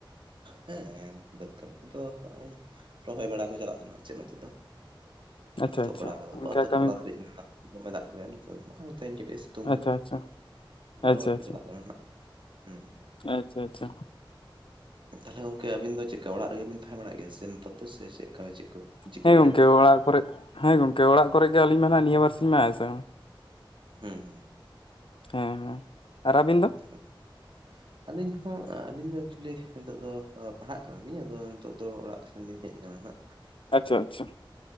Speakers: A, on the right; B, on the left.
A: ᱦᱮᱸ ᱵᱟᱹᱫᱽ ᱠᱟᱹᱢᱤ ᱠᱚᱛᱚ ᱦᱚᱜᱚᱭ ᱨᱚᱦᱚᱭ ᱵᱟᱲᱟ ᱠᱚ ᱪᱟᱞᱟᱜ ᱠᱟᱱᱟ, ᱪᱮᱫ ᱱᱚᱛᱮ ᱫᱚ
B: ᱟᱪᱪᱷᱟ
A: ᱮᱛᱦᱚᱵ
B: ᱟᱪᱪᱷᱟ
A: ᱵᱟᱲᱟ ᱠᱟᱫᱟ ᱠᱚ
B: ᱚᱱᱠᱟ
A: ᱟᱫᱚ
B: ᱠᱟᱹᱢᱤ
A: ᱦᱚᱞᱟ ᱫᱷᱟᱹᱨᱤᱡ ᱢᱟ ᱫᱚᱢᱮ ᱫᱟᱜ ᱠᱮᱫᱟᱭᱟ ᱱᱚᱛᱮ ᱫᱚ ᱱᱟᱜ, ᱛᱮᱦᱮᱧ ᱠᱟᱴᱤᱡᱮ ᱥᱤᱛᱩᱝ ᱠᱟᱫᱟ᱾
B: ᱟᱪᱪᱷᱟ ᱟᱪᱪᱷᱟ
A: ᱚᱱᱟ
B: ᱟᱪᱪᱷᱟ
A: ᱨᱚᱦᱚᱭ ᱠᱚ
B: ᱟᱪᱪᱷᱟ
A: ᱪᱟᱞᱟᱜ ᱠᱟᱱᱟ ᱱᱟᱜ ᱦᱩᱸ᱾
B: ᱟᱪᱪᱷᱟ ᱟᱪᱪᱷᱟ
A: ᱛᱟᱞᱦᱮ ᱜᱚᱝᱠᱮ ᱟᱹᱵᱤᱱ ᱫᱚ ᱪᱮᱫᱠᱟ ᱚᱲᱟᱜ ᱨᱮᱜᱮ ᱵᱤᱱ ᱛᱟᱦᱮᱸ ᱵᱟᱲᱟᱜ ᱜᱮᱭᱟ ᱥᱮ ᱱᱮᱛᱟᱨ ᱫᱚ, ᱥᱮ ᱪᱮᱫᱠᱟ ᱪᱮᱫ ᱠᱚ ᱪᱤᱠᱟᱹ
B: ᱦᱮᱸ
A: ᱵᱟᱲᱟᱭᱮᱫᱟ
B: ᱜᱚᱝᱠᱮ ᱚᱲᱟᱜ ᱠᱚᱨᱮ ᱦᱮᱸ ᱜᱚᱝᱠᱮ ᱚᱲᱟᱜ ᱠᱚᱨᱮᱜ ᱜᱮ ᱟᱹᱞᱤᱧ ᱢᱟ ᱱᱟᱜ ᱱᱤᱭᱟᱹ ᱵᱟᱨ ᱥᱤᱧ ᱢᱟ ᱦᱮᱸᱥᱮ᱾
A: ᱦᱩᱸ ᱦᱩᱸ
B: ᱦᱮᱸ ᱦᱮᱸ ᱟᱨ ᱟᱹᱵᱤᱱ ᱫᱚ?
A: <inaudible> ᱟᱹᱞᱤᱧ ᱦᱚᱸ ᱟᱹᱞᱤᱧ ᱫᱚ ᱮᱠᱪᱩᱭᱞᱤ ᱱᱤᱛᱳᱜ ᱫᱚ ᱯᱟᱲᱦᱟᱜ ᱠᱟᱱᱟᱞᱤᱧ ᱟᱫᱚ ᱱᱤᱛᱳᱜ ᱫᱚ ᱚᱲᱟᱜ <unintelligible> ᱦᱮᱡ ᱠᱟᱱᱟ ᱱᱟᱜ᱾
B: ᱟᱪᱪᱷᱟ ᱟᱪᱪᱷᱟ